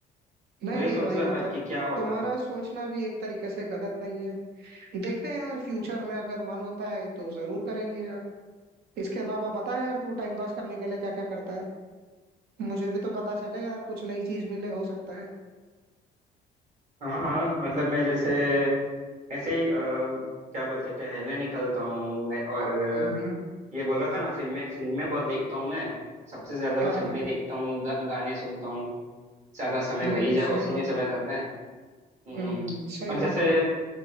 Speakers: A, on the right; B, on the right.
A: नहीं
B: वही
A: नहीं
B: सोच
A: भाई
B: रहा
A: मतलब
B: था कि क्या होगा
A: तुम्हारा सोचना भी एक तरीके से गलत नहीं है देखते हैं यार फ्यूचर में अगर मन होता है तो जरूर करेंगे यार इसके अलावा बता यार तू टाइम पास करने के लिए क्या क्या करता है मुझे भी तो पता चले यार कुछ नई चीज मिले हो सकता है
B: हाँ हाँ मतलब मैं जैसे ऐसे ही अ, क्या बोलते हैं, टहलने निकलता हूँ मैं और अ,
A: हम्म हम्म,
B: ये बोल रहा था ना फिल्में फिल्में बहुत देखता हूँ मैं सबसे ज्यादा
A: हाँ
B: तो फिल्में
A: हाँ
B: देखता हूँ गा, गाने सुनता हूँ ज्यादा समय
A: हम्म
B: वही जा
A: सही
B: उसी
A: बात
B: में चला
A: है
B: जाता है हम्म
A: हम्म हम्म, सही
B: और
A: बात
B: जैसे
A: है